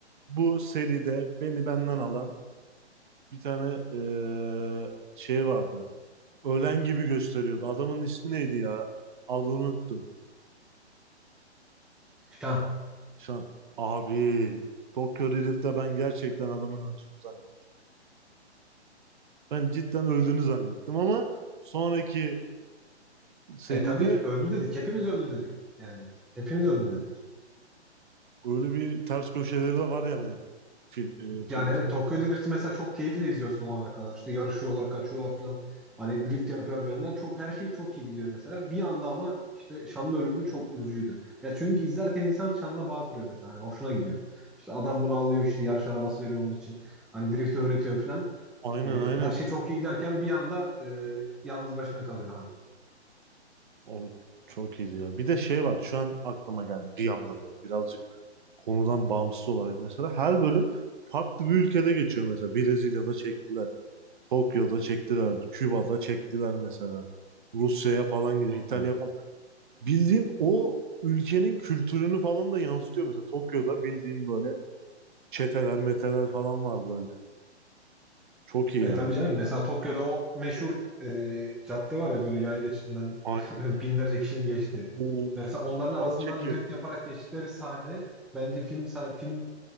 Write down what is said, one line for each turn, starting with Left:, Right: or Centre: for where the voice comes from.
Right: bu seride beni benden alan bir tane eee, şey vardı. Ölen gibi gösteriyordu. Adamın ismi neydi ya? Adını unuttum.
Centre: Şan.
Right: Şan. Abi Tokyo Drift'te ben gerçekten adamın öldüğünü zannettim. Ben cidden öldüğünü zannettim ama sonraki seride
Centre: E tabii öldü dedik. Hepimiz öldü dedik. Yani hepimiz öldü dedik.
Right: Öyle bir ters köşeleri de var yani fil, e, film
Centre: Yani evet
Right: seri.
Centre: Tokyo Drift'i mesela çok keyifle izliyorsun o ana kadar. İşte yarışıyorlar, kaçıyorlar falan. Hani drift yapıyor bir yandan. Çok, her şey çok iyi gidiyor mesela. Bir yanda ama işte Şan'ın ölümü çok üzücüydü. Ya çünkü izlerken insan Şan'la bağ kuruyor mesela. Hani hoşuna gidiyor. İşte adam bunu alıyor işte yarış arabası veriyor onun için. Hani drift öğretiyor falan.
Right: Aynen
Centre: E,
Right: aynen.
Centre: her şey çok iyi giderken bir anda e, yalnız başına kalıyor hani.
Right: O çok iyiydi ya. Bir de şey var şu an aklıma geldi bir anda böyle birazcık konudan bağımsız olarak mesela her bölüm farklı bir ülkede geçiyor mesela. Brezilya'da çektiler, Tokyo'da çektiler, Küba'da çektiler mesela. Rusya'ya falan gidiyor,
Centre: Doğru
Right: İtalya'ya
Centre: söylüyorsun.
Right: falan. Bildiğin o ülkenin kültürünü falan da yansıtıyor mesela. Tokyo'da bildiğin böyle çeteler, meteler falan var böyle. Çok iyi
Centre: E
Right: ya.
Centre: tabii canım mesela Tokyo'da o meşhur e, cadde var ya böyle yaya geçidinden
Right: Aynen.
Centre: <laughs> binlerce kişinin geçti.
Right: Oo,
Centre: Mesela onların
Right: ağır
Centre: arasından
Right: çekim.
Centre: drift yaparak geçtikleri sahne bence film sah- film